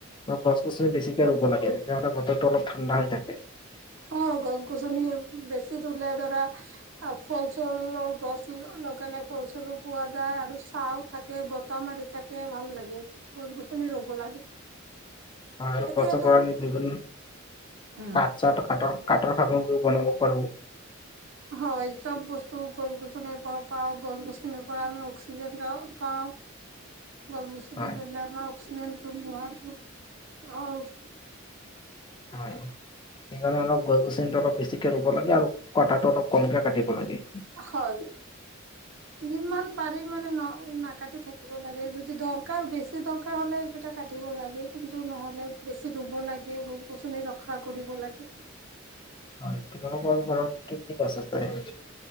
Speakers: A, on the left (about 25°); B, on the right (about 65°).
A: গছ-গছনি বেছিকে ৰুব লাগে বতৰটো ঠাণ্ডা হৈ থাকে।
B: অ, গছ-গছনি বেছি ৰুলে ধৰা ফলচলৰ গছ লগাল, লগে ফলচলো পোৱা যায়, আৰু চাহ থাকে বত বতাহ মাৰি থাকে ভাল লাগে গছ-গছনি ৰ'ব লাগে।
A: হয় আৰু
B: এতিয়াতো
A: <unintelligible>
B: উম
A: কাঠৰ <inaudible> বনাব পাৰব।
B: হয়, চব বস্তু গছ-গছনিৰ পৰা পাওঁ, গছ-গছনিৰ পৰা আমি অক্সিজেন পাওঁ। গছ-গছনি
A: হয়
B: ৰুলে আমাৰ অক্সিজজনটো লোৱাতো অ,
A: হয়। সেইকাৰণে অলপ গছ- গছনটো অলপ বেছিকে ৰুব লাগে আৰু কটা টো অলপ কমকে কাটিব লাগে।
B: হয়। যিমান পাৰি মানে ন, নাকাটি থাকিব লাগে। যদি দৰকাৰ বেছি দৰকাৰ হ'লে সেইকেইটা কাটিব লাগে। কিন্তু, নহ'লে বেছি ৰুব লাগে, গছ-গছনি ৰক্ষা কৰিব লাগে।
A: হয়, তোমালোকৰ পৰা কি কি পাইছে তাই?